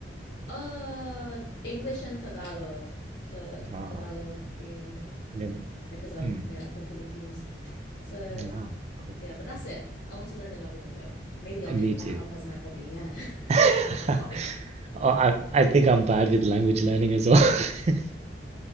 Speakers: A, on the left; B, on the right.
A: Uh, English and Tagalog. So
B: Ah,
A: Tagalog being
B: yeah.
A: because I'm
B: Mm.
A: yeah from Philippines. So
B: Ah, cool.
A: yeah, but that's it. I want to learn another one though. Maybe I'll
B: Uh,
A: pick
B: Me too.
A: that up as my hobby. Yeah. <laughs>
B: <laughs>
A: as another hobby.
B: Oh, I I think I'm bad with language learning as well. <laughs>